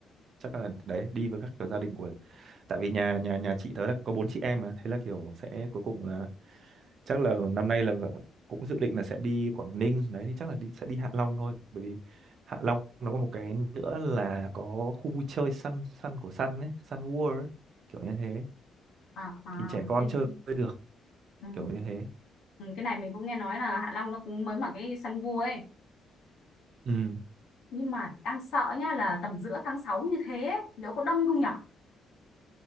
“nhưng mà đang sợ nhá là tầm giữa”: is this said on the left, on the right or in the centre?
Left